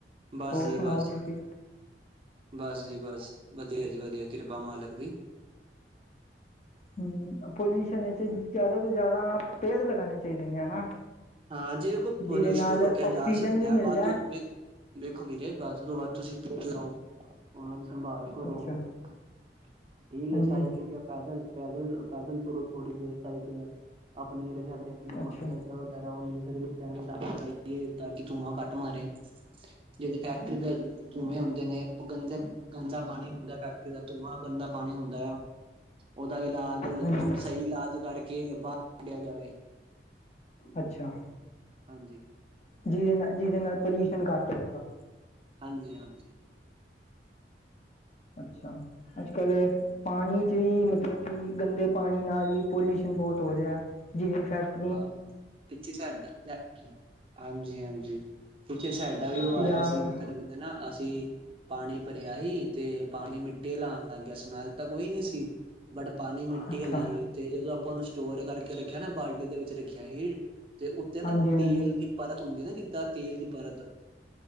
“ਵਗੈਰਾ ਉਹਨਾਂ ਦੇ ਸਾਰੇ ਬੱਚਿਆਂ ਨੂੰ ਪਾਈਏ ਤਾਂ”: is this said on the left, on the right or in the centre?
Right